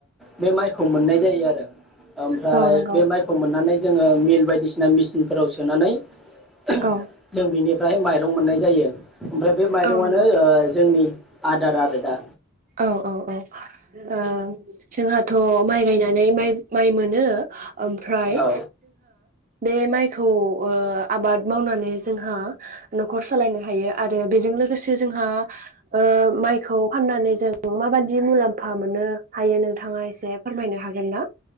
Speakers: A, in the centre; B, on the right.
A: बे माइखौ मोननाय जायो आरो ओमफ्राय
B: औ नंगौ
A: बे माइखौ मोननानै जोङो मिल बायदिसिना मेचिनफोराव सोनानै जों
B: औ
A: बिनि ओमफ्राय माइरं मोननाय जायो । ओमफ्राय बे माइरंआनो
B: औ नंगौ
A: ओ जोंनि आदार आरो दा
B: औ औ औ ओ जोंहाथ' माइ गायनानै माइ माइ मोनो । ओमफ्राय
A: औ
B: बे माइखौ ओ आबाद मावनानै जोंहा न'खर सालायनो हायो आरो बेजों लोगोसे लोगोसे जोंहा ओ माइखौ फाननानै जों माबाददि मुलाम्फा मोननो हायो नोंथाङा एसे फोरमायनो हागोन ना?